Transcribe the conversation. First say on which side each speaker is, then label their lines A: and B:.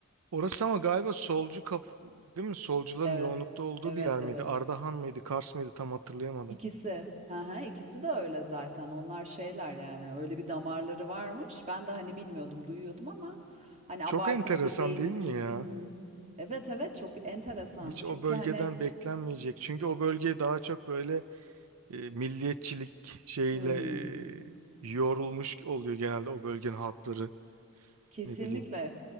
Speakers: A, on the right; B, on the right.
A: Orası ama galiba solcu kaf değil mi? Solcuların
B: Evet,
A: yoğunlukta olduğu
B: evet,
A: bir yer miydi?
B: evet.
A: Ardahan mıydı? Kars mıydı? Tam hatırlayamadım.
B: İkisi, hı hı, ikisi de öyle zaten. Onlar şeyler yani öyle bir damarları varmış. Ben de hani bilmiyordum, duyuyordum ama hani
A: Çok
B: abartı
A: enteresan
B: mıdır, değil
A: değil
B: midir?
A: mi ya?
B: Hı hı. Evet, evet çok enteresan.
A: Hiç
B: Çünkü
A: o bölgeden
B: hani
A: beklenmeyecek. Çünkü o bölge daha çok böyle e, milliyetçilik şeyle
B: hı hı.
A: e, yorulmuş oluyor genelde o bölgenin halkları.
B: Kesinlikle.
A: Ne bileyim.